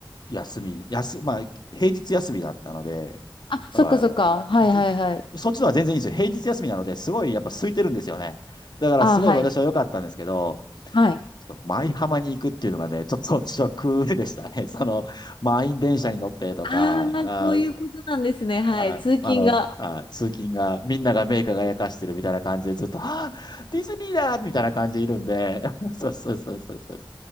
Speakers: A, on the left (about 55°); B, on the left (about 70°).
A: う、休み、休、まあ、平日休みだったので、
B: あ、
A: あの、
B: そっかそっか。はいはいはい。
A: ぎそっちのは全然いいんですよ。平日休みなので、すごいやっぱ空いてるんですよね。だからすごい私は良かったんですけど、
B: あー、はい。はい。
A: ちょっと舞浜に行くっていうのがね、ちょっと私はクールでしたね。<laughs> その、満員電車に乗ってとか、
B: ああ、
A: あー
B: そういうことなんですね。はい。
A: あ、
B: 通勤が。
A: あの、あ、通勤が、みんなが目輝かしてるみたいな感じでずっと、あディズニーだみたいな感じでいるんで、<laughs> そうそうそうそうそう。